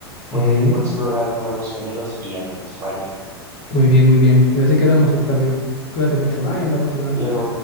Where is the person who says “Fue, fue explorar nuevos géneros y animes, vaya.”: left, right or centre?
Right